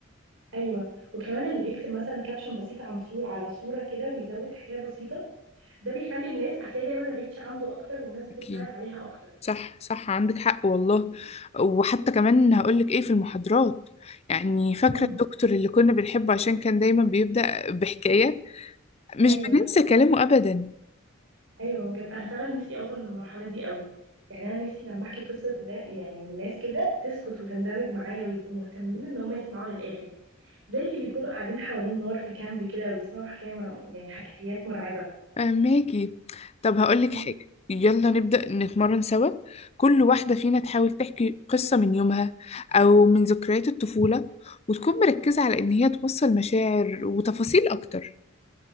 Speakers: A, on the right (about 75°); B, on the left (about 30°).
A: أيوة وكمان اللي بيكتب مثلا كابشن بسيط عن صورة على صورة كده ويزود حكاية بسيطة ده بيخلي الناس هتلاقي دايما الريتش عنده أكتر والناس بتتفاعل
B: أكيد
A: عليها أكتر
B: صح صح عندك حق والله وحتى كمان هقولك ايه في المحاضرات يعني فاكرة
A: مم.
B: الدكتور اللي كنا بنحبه عشان كان دايما بيبدأ بحكاية مش
A: أيوة
B: بننسى كلامه أبدا
A: ايوه بجد انا فعلا نفسي اوصل للمرحله دي قوي يعني انا نفسي لما احكي قصه النا- يعني للناس كده تسكت وتندمج معايا ويبقوا مهتمين ان هم يسمعوا للاخر زي اللي بيكونوا قاعدين حوالين نار في كامب كده وبيسمعوا حكايه مر... يعني حكايات مرعبه
B: آه، ماجي طب هقولك
A: مم.
B: حاجة يلا نبدأ نتمرن سوا كل واحدة فينا تحاول تحكي قصة من يومها أو من ذكريات الطفولة وتكون مركزة على إن هي توصل مشاعر وتفاصيل أكتر